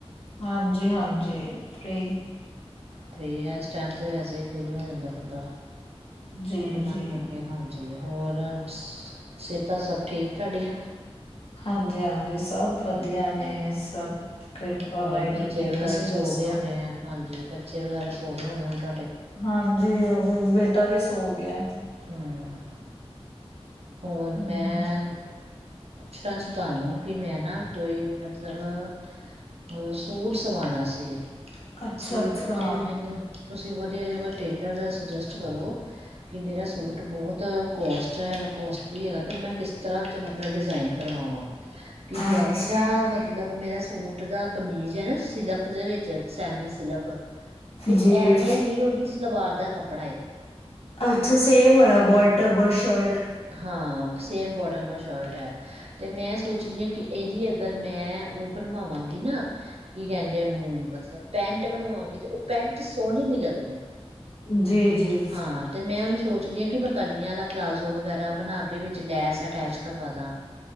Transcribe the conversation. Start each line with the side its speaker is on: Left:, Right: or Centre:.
Left: ਹਾਂਜੀ-ਹਾਂਜੀ। ਜੇ <unintelligible>
Right: ਫ੍ਰਰੀ ਹੈ ਇਸ ਟਾਈਮ ਤੇ ਵੈਸੇ ਹੀ ਫ੍ਰਰੀ ਹੋ ਜਾਂਦਾ ਬੰਦਾ।
Left: ਜੀ
Right: ਰੋਟੀ-ਪਾਣੀ
Left: ਜੀ,
Right: ਕਰ ਕੇ ਹਾਂਜੀ। ਹੋਰ ਸਿਹਤਾਂ ਸਭ ਠੀਕ ਤਾਡੀਆਂ-
Left: ਹਾਂਜੀ-ਅਂਜੀ, ਸਭ ਵਧੀਆ ਨੇ ਸਭ ਕਿਰਪਾ
Right: ਹੋਰ
Left: ਵਾਹਿਗੁਰੂ
Right: ਬੱਚੇ
Left: ਜੀ,
Right: ਵਗੈਰਾ,
Left: ਤੁਸੀਂ
Right: ਸੋ
Left: ਦੱਸੋ?
Right: ਗਏ ਹੋਣੇ ਐ, ਹਾਂਜੀ। ਬੱਚੇ ਵਗੈਰਾ ਸੋਗੇ ਹੋਣੇ, ਹੁਨ ਤ
Left: ਹਾਂਜੀ ਓ ਬੇਟਾ ਵੀ ਸੋ ਗਿਆ। ਗਿਆ
Right: ਹਮ ਹੋਰ
Left: ਹਮ,
Right: ਮੈਂ ਪੁੱਛਣਾ ਸੀ ਤੁਹਾਨੂੰ ਕਿ ਮੈਂ ਨਾ ਕੋਈ ਮਤਲਬ ਅਹ ਸੂਟ ਸਵਾਉਣਾ ਸੀ।
Left: ਅੱਛਾ
Right: ਸੂਟ
Left: ਅੱਛਾ,
Right: ਤੇ ਮੈਨੂੰ ਤੁਸੀਂ ਵਧੀਆ ਜ ਟੇਲਰ ਸਜੈਸਟ ਕਰੋ ਕਿ ਮੇਰਾ ਸੂਟ ਬਹੁਤ ਕੋਸਟ ਅਤੇ ਕਾਸਟਲੀ ਹੈਗਾ ਅਤੇ ਮੈਂ ਕਿਸ ਤਰ੍ਹਾਂ ਚ ਮਤਲਬ ਡਿਜ਼ਾਇਨ ਕਰਵਾਵਾਂ ਕਿ ਜਿਵੇਂ
Left: ਅੱਛਾ
Right: ਦਾ ਮਤਲਬ ਮੇਰਾ ਸੂਟ ਦਾ ਕਮੀਜ਼ ਹੈ ਨਾ ਸਿਲਕ ਦੇ ਵਿੱਚ ਸੈਮੀ ਸਿਲਕ ਤੇ
Left: ਜੀ।
Right: ਐਵੇਂ ਹੀ ਉਹਦੀ ਸਲਵਾਰ ਦਾ ਕੱਪੜਾ
Left: ਅੱਛਾ ਸੇਮ ਹੋਇ ਬੋਟ ਡਬਲ ਸ਼ਰਟ
Right: ਹਾਂ ਸੇਮ ਬੋਟਮ ਔਰ ਸ਼ਰਟ ਹੈ ਅਤੇ ਮੈਂ ਸੋਚਦੀ ਹਾਂ ਕਿ ਇਹਦੀ ਅਗਰ ਮੈਂ ਉਹ ਬਣਵਾਂਗੀ ਨਾ ਕੀ ਕਹਿੰਦੇ ਉਹਨੂੰ ਮਤਲਬ ਪੈਂਟ ਬਣਵਾਂਗੀ ਤਾਂ ਉਹ ਪੈਂਟ ਸੋਹਣੀ ਨਹੀਂ ਲੱਗਣੀ।
Left: ਜੀ ਜੀ।
Right: ਹਾਂ ਤੇ ਮੈਂ ਉਹਨੂੰ ਸੋਚਦੀ ਹਾਂ ਕਿ ਮੈਂ ਕਲੀਆਂ ਵਾਲਾ ਪਲਾਜ਼ੋ ਵਗੈਰਾ ਬਣਾ ਕੇ ਵਿੱਚ ਲੈਸ ਅਟੈਚ ਕਰਵਾ ਦਾਂ